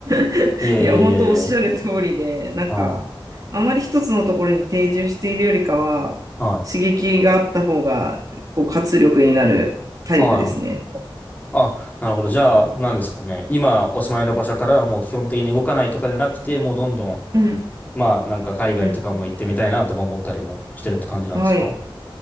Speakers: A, on the right; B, on the left.
A: <laughs>
B: い。いえいえいえいえ、
A: いや、本当おっしゃる通りで、なんか、
B: はい、
A: あまり一つのところに定住しているよりかは、
B: はい、
A: 刺激があった方が、こう、活力になるタイプですね。
B: はい。あ、なるほど。じゃあ、なんですかね。今、お住まいの場所からはもう基本的に動かないとかじゃなくて、もうどんどん、
A: うん。
B: まあ、なんか海外とかも行ってみたいなとか思ったりもしてるって感じなんですか
A: うんうん。はい。やっ